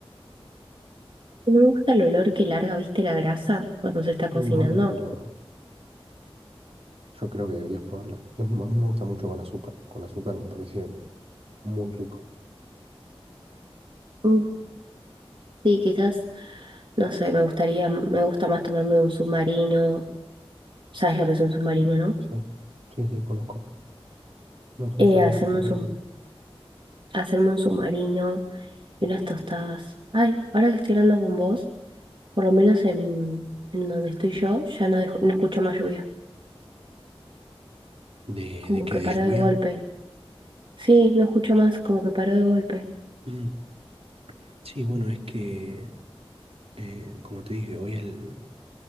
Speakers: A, on the right; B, on the right.
A: No me gusta el olor que larga, viste, la grasa cuando se está
B: y
A: cocinando.
B: bueno, pero yo creo que deberías probarla. Es- a mí me gusta mucho con azúcar. Con azúcar me parece muy rico.
A: Mm. Sí, quizás, no sé, me gustaría, me gusta más tomarme un submarino. ¿Sabes lo que es un submarino, no?
B: Sí, sí, sí, conozco. No soy
A: Eh,
B: fanático,
A: hacerme un,
B: pero
A: sub-
B: bueno.
A: hacerme un submarino Y unas tostadas. Ay, ahora que estoy hablando con vos, por lo menos en, en donde estoy yo, ya no, dejo- no escucho más lluvia.
B: ¿De,
A: Como
B: de qué
A: que
B: desvía?
A: paró de golpe. Sí, no escucho más, como que paró de golpe.
B: Mm, <clears throat> Sí, bueno, es que Eh, como te dije, hoy al-